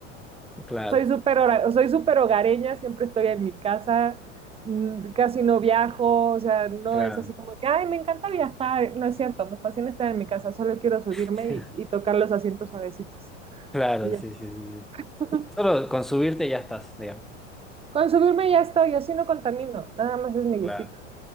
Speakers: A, in the centre; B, on the right.
A: Claro,
B: Soy súper hora- soy súper hogareña, siempre estoy en mi casa, mm, casi no viajo, o sea, no
A: claro,
B: es así como que, ay, me encanta viajar, no es cierto, me fascina estar en mi casa, solo quiero subirme
A: <laughs>
B: y, y tocar los asientos suavecitos.
A: claro,
B: Y ya.
A: sí, sí, sí, sí.
B: <laughs>
A: Solo con subirte ya estás, digamos.
B: Con subirme ya estoy, yo sí no contamino, nada más es mi gustito.
A: Claro.